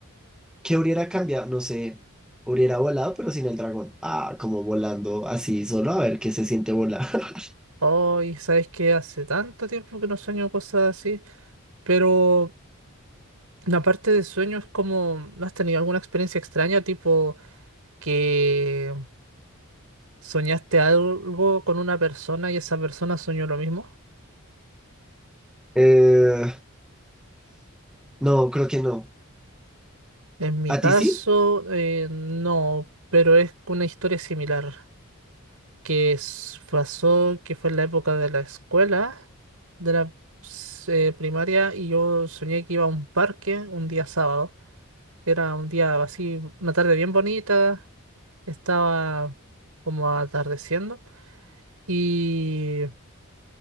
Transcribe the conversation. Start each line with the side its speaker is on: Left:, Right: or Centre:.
Centre: ¿qué hubiera cambiado? No sé, hubiera volado, pero sin el dragón. Ah, como volando así, solo a ver qué se siente volar. <laughs>
Right: Ay, sabes que hace tanto tiempo que no sueño cosas así, pero la parte de sueños como, ¿no has tenido alguna experiencia extraña, tipo que soñaste algo con una persona y esa persona soñó lo mismo?
Centre: Eh, no, creo que no.
Right: En mi
Centre: ¿A
Right: caso,
Centre: ti sí?
Right: eh, no, pero es una historia similar. que s- pasó, que fue en la época de la escuela, de la eh, primaria, y yo soñé que iba a un parque un día sábado. Era un día así, una tarde bien bonita, estaba como atardeciendo, y